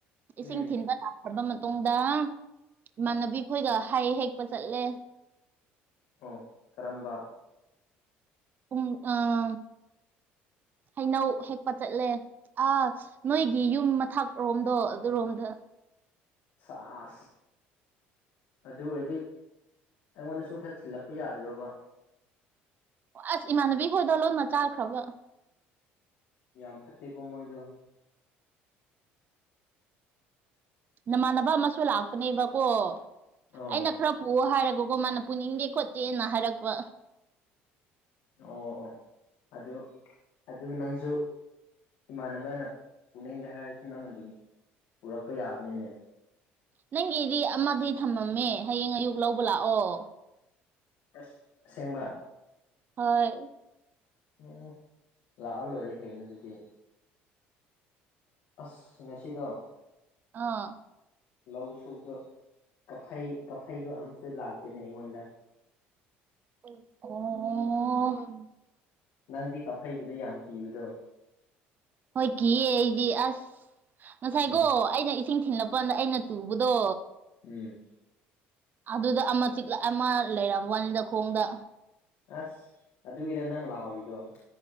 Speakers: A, on the left; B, on the right.
A: ꯎꯝ
B: ꯏꯁꯤꯡ ꯊꯤꯟꯕ ꯂꯥꯛꯕ ꯇꯨꯡꯗ ꯏꯃꯥꯟꯅꯕꯤ ꯈꯈꯣꯏꯒ ꯍꯥꯏ ꯍꯦꯛꯄ ꯆꯠꯂꯦ
A: ꯑꯣ ꯀꯔꯝꯕ
B: <unintelligible> ꯍꯩꯅꯧ ꯍꯦꯛꯄ ꯆꯠꯂꯦ ꯑꯥ ꯅꯣꯏꯒꯤ ꯌꯨꯝ ꯃꯊꯛ ꯔꯣꯝꯗꯣ ꯑꯗꯨꯔꯣꯝꯗ
A: ꯁꯥꯥꯁ ꯑꯗꯨ ꯑꯣꯏꯔꯗꯤ ꯑꯩꯉꯣꯟꯗꯁꯨ ꯈꯔ ꯊꯤꯜꯂꯛꯄ ꯌꯥꯗ꯭ꯔꯕ
B: ꯑꯁ ꯏꯃꯥꯟꯅꯕꯤ ꯈꯣꯏꯗ ꯂꯣꯟꯅ ꯆꯥꯈ꯭ꯔꯕ
A: ꯌꯥꯝꯝ ꯐꯥꯠꯇꯦ ꯀꯃꯣꯏꯗ
B: ꯅꯃꯥꯟꯅꯕ ꯑꯃꯁꯨ ꯂꯥꯛꯄꯅꯦꯕꯀꯣ
A: ꯑꯣ
B: ꯑꯩꯅ ꯈꯔ ꯄꯨꯑꯣ ꯍꯥꯏꯔꯒ ꯃꯥꯅ ꯄꯨꯅꯤꯡꯗꯦ ꯈꯣꯠꯇꯦꯅ ꯍꯥꯏꯔꯛꯄ
A: ꯑꯣ ꯑꯣ ꯑꯗꯨ ꯑꯗꯨ ꯅꯪꯁꯨ ꯏꯃꯥꯟꯅꯕꯅ ꯄꯨꯅꯤꯡꯗꯦ ꯍꯥꯏꯔꯁꯨ ꯅꯪ ꯑꯗꯨꯝ ꯄꯨꯔꯛꯄ ꯌꯥꯕꯅꯤꯅꯦ
B: ꯅꯪꯒꯤꯗꯤ ꯑꯃꯗꯤ ꯊꯝꯃꯝꯃꯦ ꯍꯌꯦꯡ ꯑꯌꯨꯛ ꯂꯧꯕ ꯂꯥꯛꯑꯣ
A: ꯑꯁ ꯑꯁꯦꯡꯕ
B: ꯍꯣꯏ
A: ꯎꯝ ꯂꯥꯛꯑ ꯂꯣꯏꯔꯦ ꯀꯩꯅꯣ ꯑꯗꯨꯗꯤ ꯑꯁ ꯉꯁꯤꯗꯣ
B: ꯑ꯫
A: ꯂꯧ ꯁꯨꯕ ꯀꯐꯩ ꯀꯐꯩꯗꯣ ꯑꯝꯇ ꯂꯥꯛ ꯇꯦꯅꯦ ꯑꯩꯉꯣꯟꯗ꯫
B: ꯑꯣ꯫
A: ꯅꯪꯗꯤ ꯀꯥꯛꯐꯩꯕꯨꯗꯤ ꯌꯥꯝ ꯀꯤꯕꯗꯣ꯫
B: ꯍꯣꯏ ꯀꯤꯌꯦ ꯑꯩꯗꯤ ꯑꯁ ꯉꯁꯥꯏꯀꯣ
A: ꯎꯝ
B: ꯑꯩꯅ ꯏꯁꯤꯡ ꯊꯤꯟꯂꯛ <unintelligible> ꯑꯩꯅ ꯇꯨꯕꯗꯣ꯫
A: ꯎꯝ꯫
B: ꯑꯗꯨꯗ ꯑꯃꯥ ꯆꯤꯛꯂ ꯑꯃ ꯂꯩꯔꯝꯕ ꯋꯥꯅꯤꯗ ꯈꯣꯡꯗ꯫
A: ꯑꯁ ꯑꯗꯨꯒꯤꯔ ꯅꯪ ꯂꯥꯎꯔꯤꯗꯣ꯫